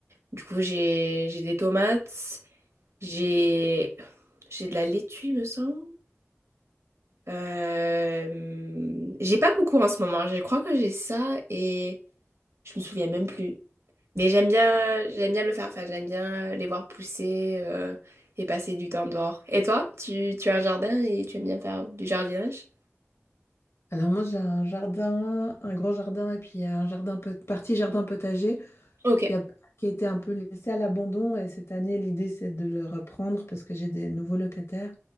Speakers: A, on the right (about 80°); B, on the left (about 70°).
A: Du coup, j'ai j'ai des tomates, j'ai j'ai de la laitue, il me semble. Euh, j'ai pas beaucoup en ce moment, je crois que j'ai ça et je me souviens même plus. Mais j'aime bien, j'aime bien le faire. Enfin, j'aime bien les voir pousser euh, et passer du temps dehors. Et toi, tu, tu as un jardin et tu aimes bien faire du jardinage?
B: Alors moi j'ai un jardin, un grand jardin et puis un jardin pot- partie jardin potager
A: Ok,
B: qui a, qui a été un peu laissé à l'abandon et cette année l'idée c'est de le reprendre parce que j'ai des nouveaux locataires